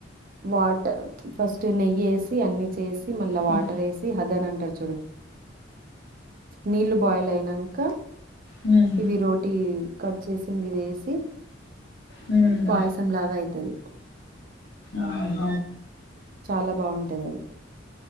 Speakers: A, on the right; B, on the left.
A: వాట్ ఫస్ట్ నెయ్యి ఏసి అన్ని చేసి మళ్ళా వాటర్
B: ఉహు,
A: ఏసి అద అని అంటారు చూడు నీళ్ళు బాయిల్ అయినంక
B: హ్మ్
A: ఇవి రోటీ కట్ చేసింది వేసి
B: హ్మ్
A: పాయసం లాగా అయితది
B: ఆహా
A: చాలా బాగుంటది అది